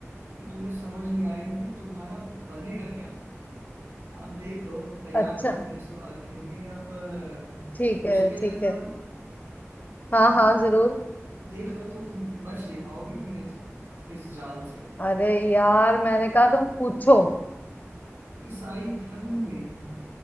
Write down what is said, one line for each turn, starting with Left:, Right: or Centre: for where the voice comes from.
Right: कि तुम्हें समझ नहीं आएगा कि तुम्हारा बनेगा क्या अब देख लो तैयार
Left: अच्छा
Right: रहो मेरे सवाल के लिए अब अ,
Left: ठीक
Right: पूछ
Left: है
Right: लिया
Left: ठीक
Right: जाए सवाल
Left: है हाँ
Right: हम्म,
Left: हाँ जरूर
Right: देख लो तुम बच नहीं पाओगी मेरे इस, इस जाल से
Left: अरे यार मैंने कहा तुम पूछो
Right: ईसाई धर्म में